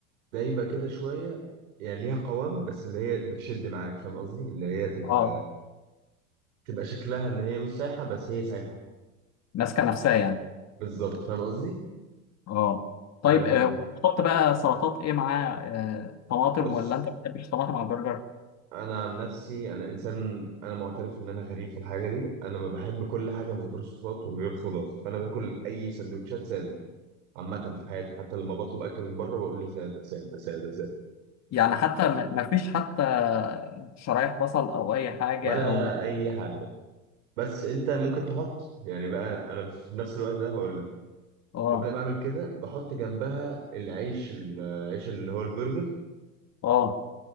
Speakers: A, on the right (about 75°); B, on the left (about 40°).
A: دايبه كده شويه يعني ليها قوام بس اللي هي بتشد معاك فاهم قصدي اللي هي تبقى
B: اه
A: تبقى شكلها ان هي مش سايحه بس هي سايحه
B: ماسكة نفسها يعني
A: بالظبط فاهم قصدي
B: اه طيب
A: انا بحب
B: آه، وتحط بقى سلطات ايه معاه آه، طماطم
A: بص
B: ولا انت ما بتحبش طماطم على البرجر
A: انا عن نفسي انا انسان انا معترف ان انا غريب في الحاجه دي انا ما بحب كل حاجه من غير صوصات ومن غير خضار فانا باكل اي سندوتشات ساده عامه في حياتي حتى لما بطلب اكل من بره بقول له ساده ساده ساده ساده
B: يعني حتى ما ما فيش حتى شرايح بصل او اي حاجه
A: ولا
B: او
A: اي حاجه بس انت ممكن تحط يعني بقى انا في نفس الوقت ده هقول لك
B: اه
A: وانا بعمل كده بحط جنبها العيش العيش اللي هو البرجر
B: اه